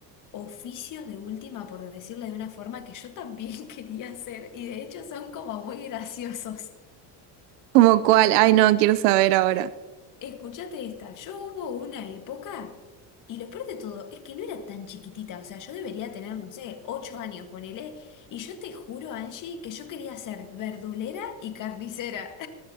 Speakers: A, on the left (about 45°); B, on the right (about 80°).
A: oficios de última, por decirlo de una forma, que yo también <laughs> quería hacer? Y de hecho son como muy graciosos.
B: Como cuál, ay no, quiero saber ahora.
A: Escúchate esta, yo hubo una época, y lo peor de todo es que no era tan chiquitita, o sea, yo debería tener, no sé, ocho años, ponele, y yo te juro, Angie, que yo quería ser verdulera y carnicera.